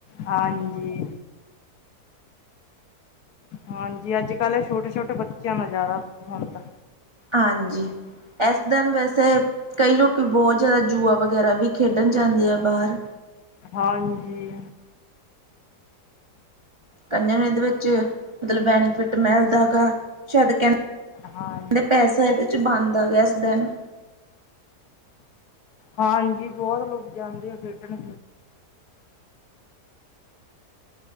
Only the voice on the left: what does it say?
ਹਾਂਜੀ। ਹਾਂਜੀ ਹਾਂਜੀ ਅੱਜ ਕੱਲ੍ਹ ਛੋਟੇ ਛੋਟੇ ਬੱਚਿਆਂ ਦਾ ਜ਼ਿਆਦਾ ਹੁਣ ਤਾਂ।
ਹਾਂਜੀ।
ਹਾਂ
ਹਾਂ ਇਹ ਵੀ ਬਹੁਤ ਲੋਕ ਜਾਂਦੇ ਆ ਖੇਡਣ।